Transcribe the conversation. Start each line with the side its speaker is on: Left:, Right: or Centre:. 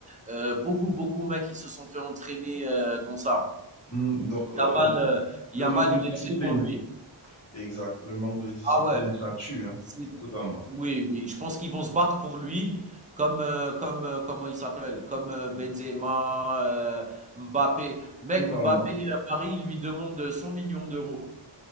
Right: euh, beaucoup, beaucoup, mecs, ils se sont fait entraîner euh, dans ça.
Left: hum, donc, euh,
Right: Yamal, heu,
Left: le
Right: Yamal,
Left: manque de
Right: il
Left: discipline,
Right: est très bon, lui.
Left: exact, le manque de discipline,
Right: Ah ouais,
Left: ça tue, hein,
Right: c'est
Left: totalement,
Right: oui, oui, je pense qu'ils vont se battre pour lui comme, heu, comme, heu, comment il s'appelle? Comme, heu, Benzema, heu, Mbappé. Mec,
Left: totalement.
Right: Mbappé, à Paris, il lui demande, heu, 100 000 000